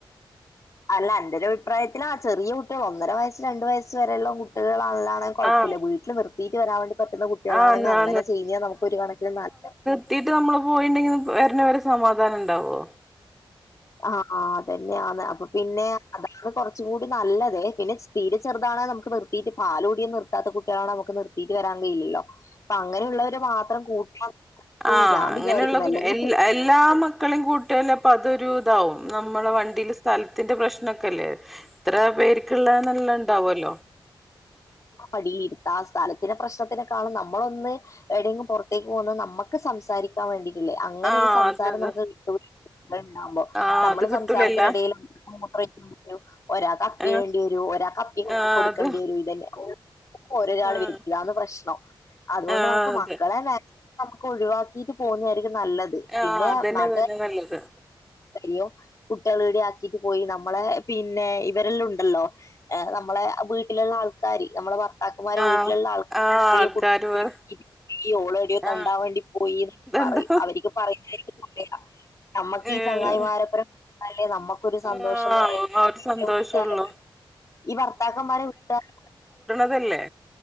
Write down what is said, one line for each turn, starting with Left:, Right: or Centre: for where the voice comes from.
Left: അല്ല അന്റെരു അഭിപ്രായത്തില് ആ ചെറിയ കുട്ടിയോൾ ഒന്നര വയസ്സ് രണ്ട് വയസ് വെരെള്ള കുട്ടികളല്ലാ കുഴപ്പില്ല
Centre: ആഹ്
Left: വീട്ടിൽ നിർത്തിയിട്ട് വരാൻ വേണ്ടി പറ്റുന്ന കുട്ടികളാണെങ്കെ
Centre: ആഹ് ആ
Left: അങ്ങനെ ചെയ്യുന്ന്യ നമുക്ക് ഒരു കണക്കിന് നല്ലത്
Centre: ത്തീട്ട് നമ്മള് പോയിണ്ടെങ്കിൽ വരണവരെ സമാധാനണ്ടാവോ
Left: ആ ആഹ് അതന്നെ ആന്ന് അപ്പൊ പിന്നെ അതാണ് കുറച്ചുകൂടി നല്ലത് പിന്നെ തീരെ ചെറുതാണെ നമുക്ക് നിർത്തിട്ട് പാലൂടിം നിർത്താത്ത കുട്ടിയാളെ നമുക്ക് നിർത്തിട്ട് വരാൻ കഴയില്ലല്ലോ അപ്പൊ അങ്ങനെയുള്ളവരെ മാത്രം കൂട്ടാ
Centre: ആ
Left: ഞാൻ
Centre: അങ്ങനെയുള്ള
Left: വിചാരിക്കുന്നെ.
Centre: കു
Left: അല്ലെങ്കി
Centre: എല്ലാ എല്ലാ മക്കളേം കൂട്ട്യാല് അപ്പൊ അതൊരു നമ്മള് വണ്ടിൽ സ്ഥലത്തിന്റെ പ്രശ്നൊക്കെല്ലേ ഇത്ര പേര് ക്ക്ള്ള ന്ന്ള്ള ഇണ്ടാവൊല്ലോ
Left: മടിയിരുത്ത ആ സ്ഥലത്തിന്റെ പ്രശ്നത്തിനെക്കാളും നമ്മളൊന്ന് ഏടെങ്കിലും പുറത്തേക്ക് പോകുന്നത് നമ്മക്ക് സംസാരിക്കാൻ വേണ്ടിയിട്ടല്ലേ അങ്ങനെ
Centre: ആഹ്
Left: ഒരു സംസാരം
Centre: അതെ അതെ
Left: നമുക്ക് കിട്ടൂല ണ്ടാവുമ്പോ
Centre: ആഹ്
Left: നമ്മള്
Centre: അത് കിട്ടൂലല്ല
Left: സംസാരത്തിനിടയിൽ മൂത്രഴിക്കാൻ വെരു ഒരാൾക്ക് അപ്പി വേണ്ടിരും
Centre: ആഹ്
Left: ഒരാക്ക് അപ്പികൈകി
Centre: ആഹ്
Left: കൊട്ക്കേണ്ടി
Centre: അത്
Left: വെരും ഇതെന്നെ ഓഹ് ഓരോരാൾ
Centre: ആഹ്
Left: വെയിറ്റില്ല ആന്ന് പ്രശ്നം അതുകൊണ്ട്
Centre: ആഹ്
Left: നമുക്ക്
Centre: അതെ
Left: മക്കളെ നേ നമുക്ക് ഒഴിവാക്കിട്ട് പോവുന്നായിരിക്കും നല്ലത്
Centre: ആഹ്
Left: പിന്നെ
Centre: അതന്നെ
Left: നാട്ടുകാർ
Centre: അതന്നെ നല്ലത്
Left: യ്യോ കുട്ടിയാളെ ഇവിടെ ആക്കീട്ട് പോയി നമ്മളെ പിന്നെ ഇവരെല്ലാം ഉണ് ണ്ടല്ലോ നമ്മളെ വീട്ടിലുള്ള ആൾക്കാർ നമ്മളെ ഭർ താക്കന്മാരെ
Centre: ആഹ്
Left: വീട്ടിലുള്ള ആൾക്കാര്
Centre: ആഹ്
Left: ചെറിയക്കുട്ടിനെ
Centre: ആൾക്കാര് പറ
Left: <unintelligible> പോയി ഓൾ തെണ്ടാൻ
Centre: ആഹ്
Left: വേണ്ടി പോയീന്ന്
Centre: ഇതെന്താ
Left: പറയും അവര്ക്ക് പറയുന്നത് എനിക്ക് <inaudible> നമ്മുക്കീ
Centre: ഏഹ്
Left: ചങ്ങായിമാരപ്രം അല്ലെ നമ്മുക്കൊരു സന്തോഷംന്ന്
Centre: ആഹ്
Left: പറയുന്നത്
Centre: ആ ഒരു
Left: എൻ്റെ
Centre: സന്തോഷള്ളൂ
Left: വീട്ടുകാര് ഈ ഭർത്താക്കന്മാരെ വിട്ട <inaudible>
Centre: തല്ലേ